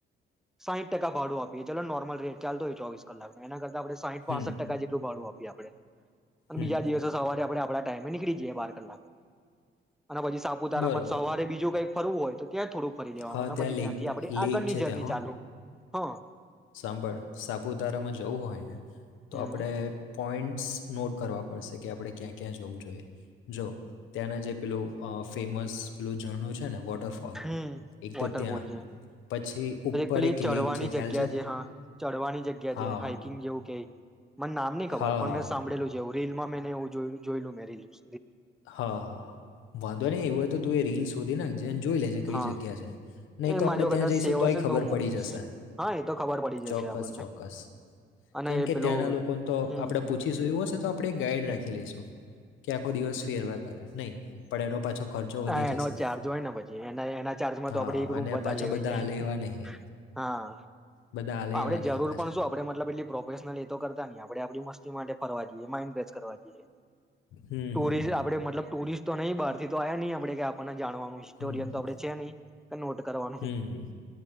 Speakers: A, in the centre; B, on the left.
A: સાહીઠ ટકા ભાડું આપીએ ચલોન નોર્મલ રેટ ચાલતો હોય ચોવીસ કલાક નો એના કરતા તા આપણે સાહીઠ પાસઠ
B: હમ
A: ટકા જેટલું ભડું આ પી આપડે. અને
B: હમ
A: બીજા દિવસે સવારે આપડ થોડા ટાઈમે નીકળી જઈએ બાર કલાકમાં. અને પછી સાપુતારામાં
B: બરોબર
A: સવારે બીજું કઈક ફરવું હોય તો ત્યાં થોડું કરી લેવાનું
B: હા ત્યાં
A: ને પછી ત્યાંથી
B: લેક
A: આપડે આગળની
B: લેક છે
A: જર્ની
B: ત્યાં હો
A: ચાલુ. હા.
B: સાંભળ સાપુતારામાં જવું હોય, તો
A: હમ
B: આપડે પોઈન્ટ્સ નોટ કરવા પડશે કે આપણે ક્યાં-ક્યાં જવું જોઈએ, જો ત્યાંના જે પેલું અહ ફેમસ પેલું ઝરણું છે ને વોટ ર ફોલ,
A: હમ
B: એક તો
A: વોટરફોલ
B: ત્યાં,
A: છે
B: પછી ઉપર
A: પેલી
B: એક
A: ચઢવાની
B: લેક છે ખ્યાલ
A: જગ્યા
B: છે?
A: હા ચડવાની જગ્યા
B: હા
A: છે, હાઈકિંગ
B: હા
A: જેવું કેય મન નામ ની ખબર
B: હા
A: પણ મેં
B: હા
A: સાંભળેલું છે એવું રીલમાં મે એને એવું જોયેલું, જોયેલું મેં રિલ્સ.
B: હા, હા. વાંધો નહી એવું હોય તો તું એ રીલ શોધી નાખજેન જોઈ લેજે કઈ
A: હા
B: જગ્યા છે, નહી
A: એમાં
B: તો આપડે
A: જો કદાચ
B: ત્યાં જઈશું
A: સેવ
B: તો
A: હશે ને
B: ખબર
A: હું મોકલીશ
B: પડી જશે.
A: હા એ તો ખબર પડી જશે
B: ચોક્કસ-ચોક્કસ,
A: આપણને અને
B: કેમ
A: એ
B: કે
A: પેલું
B: ત્યાંના લોકોન તો
A: હમ
B: આપણેે પૂછીશું એવું હશે તો આપણે એક ગાઈડ રાખી લઈશું કે આખો દિવસ ફેરવા કરે, નહીં પણ એનો પાછો ખર્ચો વધી
A: હા
B: જશે
A: એનો ચાર્જ હોય ને પછી, એના-એના ચાર્જમાં
B: હા
A: તો આપડે એક રૂમ
B: અને
A: વધાર
B: પાછા
A: લેવાય
B: બધા
A: જાય.
B: હાલે એવા નહીં
A: હા,
B: બધા હાલે
A: આપણેે
B: એવા નહીં
A: જરૂર
B: પાછા
A: પણ શું આપડે મતલબ એટલી પ્રોફેશનલ એતો કરતા નહીં. આપડે આપણી મસ તી માટે ફરવા જઈએ, માઇન્ડ ફ્રેશ કરવા જઈએ.
B: હમ
A: ટુરિસ્ટ
B: હમ
A: આપડે મતલબ ટુરિસ્ટ તો નહી બહારથી તો આયા નહી આપણે કે આપણને જાણવાનું હિસ્ટોરિયન
B: હમ
A: તો આપડે છે નહીં. તો નોટ કરવાનું
B: હમ હમ